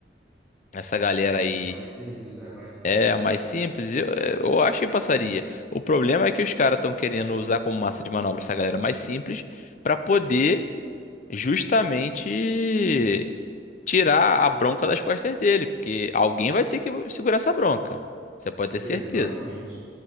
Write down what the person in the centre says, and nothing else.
Mais simples, né? Mais simples.
Exatamente.